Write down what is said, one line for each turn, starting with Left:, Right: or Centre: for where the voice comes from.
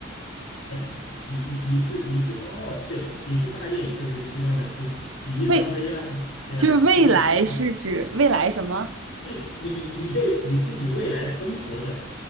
Left: 哎，你你你是你是哦，对，你是大雁，就是希望的是比翼双飞啦，
Right: 未，
Left: 对啊，
Right: 就是未来是指未来什么？
Left: 中飞啦，对你你你对你自己未来生活的，